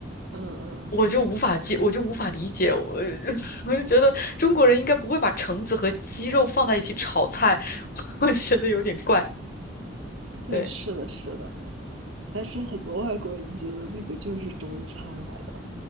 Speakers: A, on the right (about 80°); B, on the left (about 50°).
A: 嗯嗯，
B: 我就无法接，我就无法理解，我 <laughs> 我就觉得中国人应该不会把橙子和鸡肉放在一起炒菜，<laughs> 我觉得有点怪。
A: 对，
B: 对。
A: 是的，是的。但是很多外国人觉得那个就是中餐来的，